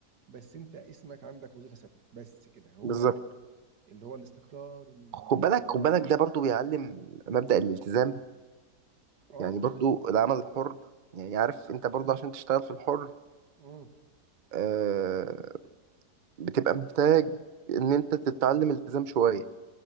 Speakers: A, on the right; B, on the right.
A: بس انت اسمك عندك وظيفه ثابته بس كده هو
B: بالظبط
A: اللي هو الاستقرار ال-
B: خد بالك
A: وخلاص
B: خد بالك ده برضو بيعلم مبدأ الالتزام
A: اه
B: يعني برضو العمل الحر يعني عارف انت برضو عشان تشتغل في الحر
A: امم
B: آه... بتبقى محتاج ان انت تتعلم التزام شوية